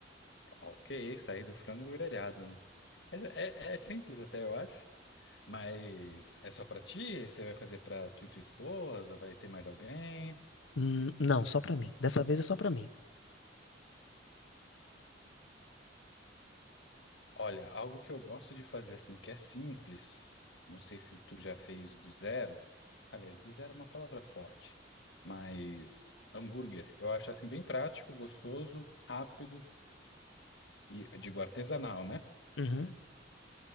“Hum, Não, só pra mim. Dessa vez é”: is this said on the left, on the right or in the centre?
Left